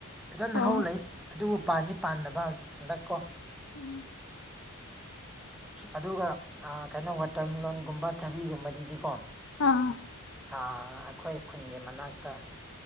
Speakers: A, in the centre; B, on the left.
A: ꯐꯖꯅ
B: ꯑꯣ
A: ꯍꯧ ꯂꯩ ꯑꯗꯨꯕꯨ ꯄꯥꯟꯗꯤ ꯄꯥꯟꯗꯕ ꯍꯟꯗꯛ ꯀꯣ
B: ꯎꯝ
A: ꯑꯗꯨꯒ ꯑꯥ ꯀꯩꯅꯣ ꯋꯥꯇꯔꯃꯤꯂꯣꯟꯒꯨꯝꯕ ꯊꯕꯤꯒꯨꯝꯕꯗꯤꯗꯤꯀꯣ
B: ꯑꯥ
A: ꯑꯥ ꯑꯩꯈꯣꯏ ꯈꯨꯟꯒꯤ ꯃꯅꯥꯛꯇ